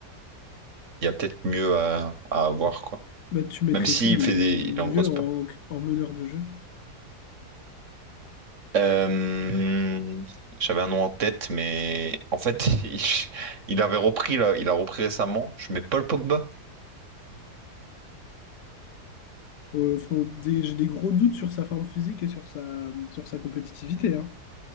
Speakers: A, on the right; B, on the left.
A: il y a peut-être mieux à, à avoir, quoi.
B: Bah, tu mettrais
A: Même s'il
B: qui de
A: fait
B: mieux
A: des, il est en grosse
B: en, en meneur de jeu?
A: Euh, j'avais un nom en tête, mais en fait, <laughs> il, il avait repris là, il a repris récemment. Je mets Paul Pogba.
B: Euh, faut- des- j'ai des gros doutes sur sa forme physique et sur sa, sur sa compétitivité, hein.